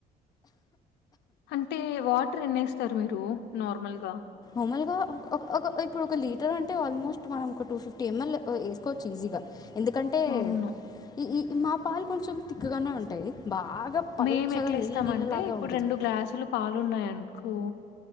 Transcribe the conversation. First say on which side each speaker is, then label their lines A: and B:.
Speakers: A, on the left; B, on the left.
A: అంటే వాటర్ ఎన్నేస్తారు మీరు నార్మల్గా
B: నార్మల్గా ఒక ఒక ఇప్పుడు ఒక లీటర్ అంటే ఆల్మోస్ట్ మనం ఒక టూ ఫిఫ్టీ ఎంఎల్ వేసుకోవచ్చు ఈజీగా ఎందుకంటే
A: అవును.
B: ఇ ఇ మా పాలు కొంచెం తిక్క్ గనే ఉంటాయి బాగా పల్చగా
A: మేము ఎట్లేస్తాం
B: నీళ్ళ నీళ్ళలాగా
A: అంటే ఇప్పుడు
B: ఉండదు
A: రెండు గ్లాసులు పాలున్నాయనుకో